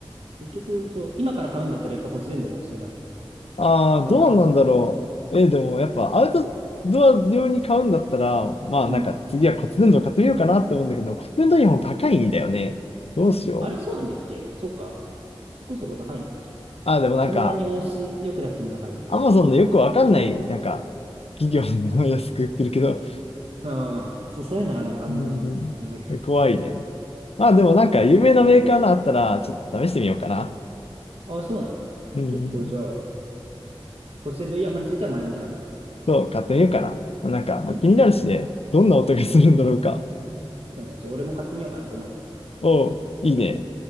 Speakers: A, on the right; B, on the left.
A: 結局、そう、今から買うんだったらやっぱ骨伝導がおすすめなの。
B: ああ、
A: わかんないかな。
B: どうなんだろう。
A: うん。
B: えーでもやっぱアウトドア用に買うんだったら、まあなんか次は骨伝導買ってみようかなって思うんだけど、
A: うん
B: 骨伝導イヤホン高いんだよね。どうしよう。
A: あれそうなんだっけそっか。そこそこ高いんだっけ
B: ああ、でもなんか、
A: そんなに音質良くなくても高い
B: アマゾンのよくわかんない、
A: <laughs> う
B: なんか、企業の安く売ってるけど、
A: ん。そう、そういうのはなんかあんまりって感じだけ
B: うん、怖いね。まあでもなんか有名なメーカーのあったら、
A: ど。はい
B: ちょっと試してみようかな。
A: あ、そうなの結構じゃあ、
B: うん、うん。
A: 骨伝導イヤホンについては前向きなんだ。
B: そう、買ってみようかな。なんか、まあ、
A: いいね。
B: 気になるしね、どんな音がするんだろうか。
A: うんなんかそうね、じゃあ俺も買ってみようかなと思うよ。
B: おう、いいね。